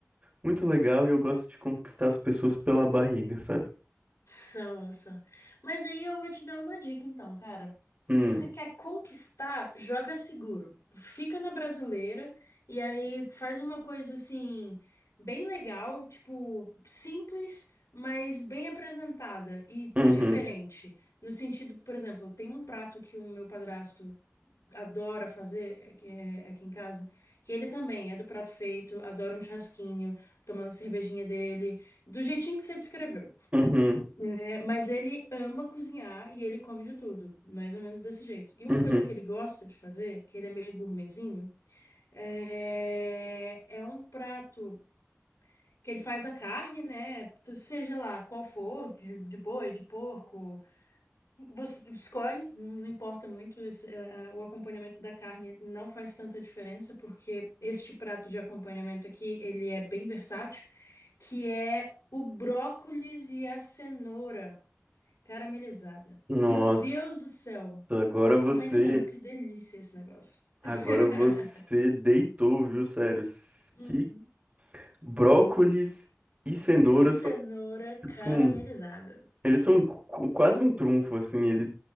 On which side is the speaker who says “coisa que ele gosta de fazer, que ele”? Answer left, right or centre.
Left